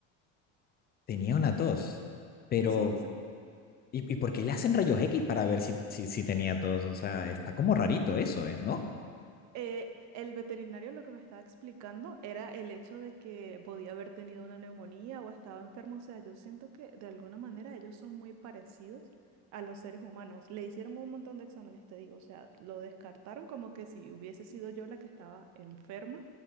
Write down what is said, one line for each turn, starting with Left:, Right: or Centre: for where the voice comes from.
Left: tenía una tos, pero
Right: Sí,
Left: ¿y, y por qué le hacen rayos X para ver si, si, si tenía tos? O sea, está como rarito eso, ¿eh? ¿No?
Right: Eh, el veterinario lo que me estaba explicando era el hecho de que podía haber tenido una neumonía o estaba enfermo. O sea, yo siento que de alguna manera ellos son muy parecidos a los seres humanos. Le hicieron un montón de exámenes, te digo. O sea, lo descartaron como que si hubiese sido yo la que estaba enferma